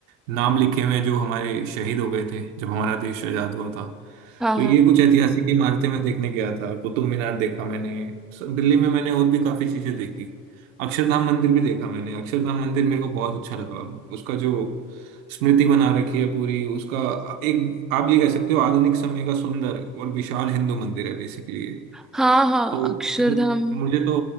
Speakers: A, on the right; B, in the centre.
A: नाम लिखे हुए हैं जो हमारे शहीद हो गए थे जब हमारा देश आजाद हुआ था
B: हाँ
A: तो ये
B: हाँ
A: कुछ ऐतिहासिक इमारतें मैं देखने गया था कुतुब मीनार देखा मैंने स- दिल्ली में मैंने और भी काफी चीजें देखी अक्षरधाम मंदिर भी देखा मैंने अक्षरधाम मंदिर मेरे को बहुत अच्छा लगा उसका जो स्मृति बना रखी है पूरी उसका एक आप ये कह सकते हो आधुनिक समय का सुंदर और विशाल हिंदू मंदिर है बेसिकली
B: हाँ हाँ
A: तो
B: अक्षरधाम
A: मु- मुझे तो